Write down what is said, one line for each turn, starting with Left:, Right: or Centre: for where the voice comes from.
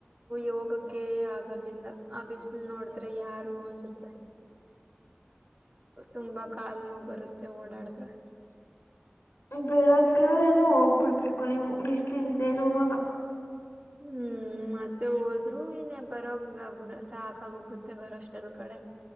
Right: ಯೋಗಕ್ಕೆ ಆಗೋದಿಲ್ಲ ಆ ಬಿಸಿಲ್ ನೋಡ್ತ ಯಾರು ಅನ್ಸುತ್ತೆ ತುಂಬಾ ಕಾಲ್ ನೋ ಬರುತ್ತೆ ಓಡಾಡ ಹ
Left: ಬೆಳಗ್ಗೆ ಹೋಗ್ಬಿಡ್ಬೇಕು ನೀವು ಬಿಸಿ್ಲಿಂದೇ ಇರುವ
Right: ಹ್ಮ್ ಮತ್ತೆ ಹೋದ್ೂ ಇನ್ನ ಬರಂಗ ಆಗುದ ಸಾಕಾಗೋಗುತ್ತೆ ಬರೋಷ್ಟೆ ಕೆಳ ಕಡೆ